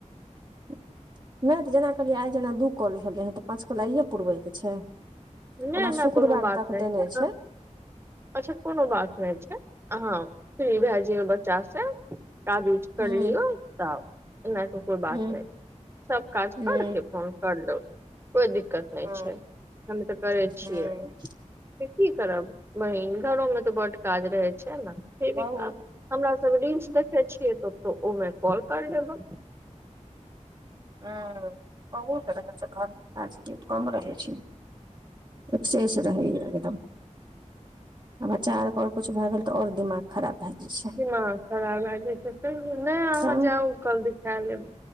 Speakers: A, on the right; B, on the right.
A: नहि तऽ जेना कहलियै आइ जेना दू कल भेलै हे तऽ पाँच कल आइए पुरबैके छै।
B: नहि
A: ओना
B: नहि
A: शुक्रवार
B: कोनो बात
A: तक
B: नहि
A: देने
B: अहाँ-
A: छै।
B: अच्छा कोनो बात नहि छै। अहाँ फ्री भए जयौ बच्चा से। काज कुज करलियऔ
A: हूँ
B: तना। कोइ बात
A: हूँ
B: नहि छै। सभ काज
A: हूँ
B: करके फोन कर लो कोइ दिक्कत। नहि
A: हँ
B: छै। हम तऽ करै छियै
A: हँ
B: से की करब। वही घरोमे तऽ बड काज रहै छै। ने फ
A: बहुत
B: भी काम हमरा सभ रीलस देखे छियै त ओहिमे कॉल कर देब।
A: ह बहुत रहै छै। घोर में काज कम रहै छै। एक शेष रहैय एकदम अ चारर कछु भए गेल तऽ औरबिमारी खराब भए जाइ छै
B: दिमाग खराब भए जाइ छै नहि अहाँ
A: तऽ हूँ
B: जाउ कल देखा लेब